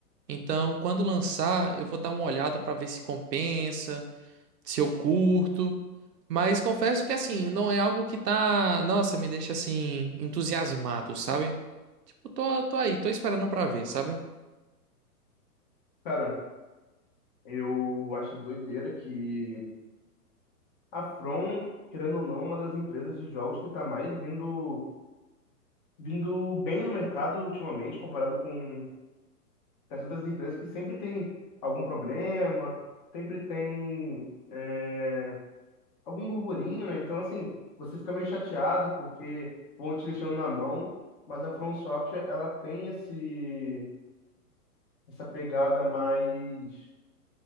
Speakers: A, on the right (about 80°); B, on the left (about 30°).
A: Então, quando lançar, eu vou dar uma olhada pra ver se compensa. se eu curto. Mas confesso que assim, não é algo que tá, nossa, me deixa assim entusiasmado, sabe? Tipo, tô, tô aí, tô esperando pra ver, sabe?
B: Cara, eu acho doideira que. A From, querendo ou não, é uma das empresas de jogos que está mais vindo, vindo bem no mercado ultimamente, comparado com as outras empresas que sempre tem algum problema, sempre tem é, algum burburinho, né? Então, assim, você fica meio chateado porque vão te deixando na mão, mas a From Software, ela tem esse, essa pegada mais